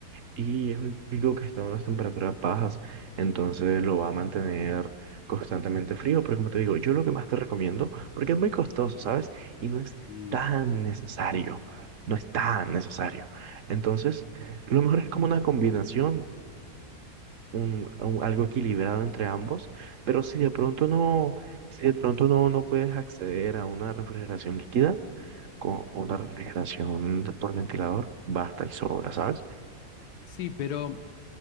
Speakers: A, on the right (about 60°); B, on the left (about 85°).
A: Y es un pico que está a unas temperaturas bajas, entonces lo va a mantener constantemente frío. Pero como te digo, yo lo que más te recomiendo, porque es muy costoso, ¿sabes? Y no es
B: Mm.
A: tan necesario, no es tan necesario. Entonces, lo mejor es como una combinación, un, un- algo equilibrado entre ambos. Pero si de pronto no, si de pronto no, no puedes acceder a una refrigeración líquida, con, con una refrigeración por ventilador, basta y sobra, ¿sabes?
B: Sí, pero